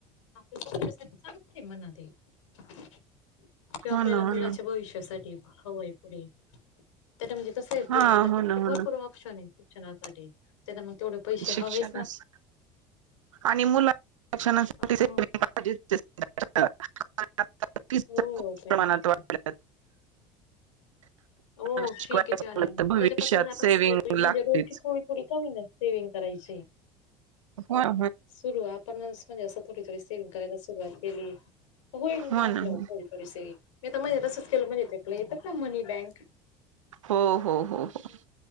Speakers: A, on the left; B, on the right.
A: चांगलं आहे मनात <unintelligible> किंवा
B: हो
A: आपल्याला
B: ना हो
A: मुलाच्या
B: ना
A: भविष्यासाठी हवंय पुढे, त्यानां म्हणजे कसं आहे.
B: हा
A: पुढे आता
B: हो
A: किती
B: ना हो
A: भरपूर
B: ना
A: ऑप्शन आहे. शिक्षणासाठी, त्यांना मग तेवढे पैसे
B: शिक्षणास
A: हवेच ना.
B: आणि मुलाणासाठी
A: हा
B: <unintelligible> फीज
A: हो
B: तर खूप
A: पाहिजे
B: प्रमाणात
A: तर
B: वाढल्यात.
A: <inaudible> हो
B: शिकवायचं
A: फी किती ऑनलाईन
B: म्हटलं तर भविष्यात
A: त्याच्यापासून सेविंग
B: लागतेच.
A: म्हणजे रोजची थोडी थोडी कमी नाही सेविंग करायची
B: हो ना
A: सुरू आपणच म्हणजे असं. थोडी थोडी सेविंग करायला सुरुवात केली होईल म्हटलं
B: हो ना हो ना हो.
A: थोडी थोडी सेविंग नाही तर मधे तसंच केलं म्हणजे येतेय ना आपलं येतात ना मनी बँक
B: हो हो हो हो